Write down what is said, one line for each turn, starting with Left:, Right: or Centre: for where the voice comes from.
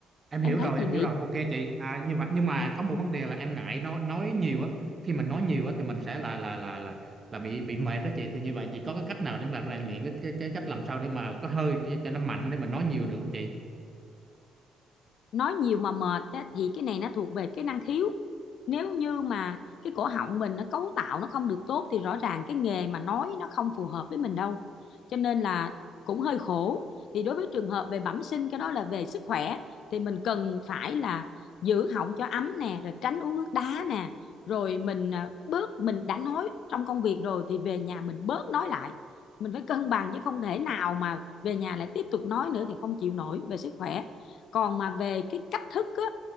Right: em
Left: em
Right: hiểu
Left: thấy
Right: rồi
Left: chị
Right: em
Left: nghĩ
Right: hiểu rồi ok chị à, nhưng mà nhưng mà có một vấn đề là em ngại nói nói nhiều á khi mình nói nhiều á thì mình sẽ là là là là là bị bị mệt đó chị thì như vậy chị có cái cách nào để mà rèn luyện cái cái, cái cách làm sao để mà có hơi cho, cho nó mạnh để mà nói nhiều được không chị
Left: nói nhiều mà mệt á, thì cái này nó thuộc về cái năng khiếu nếu như mà cái cổ họng mình nó cấu tạo nó không được tốt thì rõ ràng cái nghề mà nói nó không phù hợp với mình đâu cho nên là cũng hơi khổ thì đối với trường hợp về bẩm sinh cái đó là về sức khỏe thì mình cần phải là giữ họng cho ấm nè rồi tránh uống nước đá nè rồi mình à, bớt mình đã nói trong công việc rồi thì về nhà mình bớt nói lại mình phải cân bằng chứ không thể nào mà về nhà lại tiếp tục nói nữa thì không chịu nổi về sức khỏe còn mà về cái cách thức á